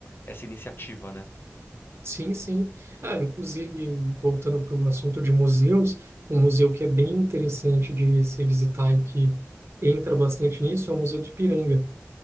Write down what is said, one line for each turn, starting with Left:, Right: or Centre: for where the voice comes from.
Left: essa iniciativa, né?
Right: sim, sim. Ah, inclusive, voltando para o assunto de museus, um museu que é bem interessante de se visitar e que entra bastante nisso é o Museu de Ipiranga.